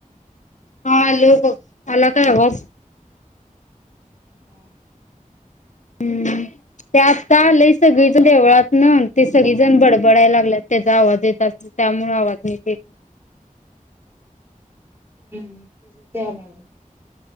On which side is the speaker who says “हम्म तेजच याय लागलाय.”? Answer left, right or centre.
Right